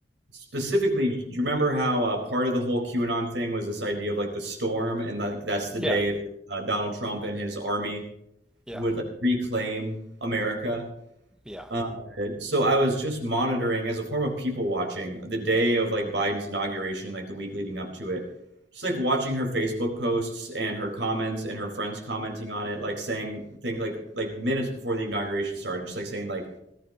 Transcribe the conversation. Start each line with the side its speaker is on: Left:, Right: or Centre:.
Right: Specifically, do you remember how uh, part of the whole QAnon thing was this idea of like the storm, and like that's the
Centre: Yeah.
Right: day that, uh, Donald Trump and his army
Centre: Yeah.
Right: would like reclaim America?
Centre: Yeah.
Right: Uh, so I was just monitoring as a form of people watching the day of like Biden's inauguration, like the week leading up to it, just like watching her Facebook posts and her comments and her friends commenting on it, like saying things like like minutes before the inauguration started, just like saying like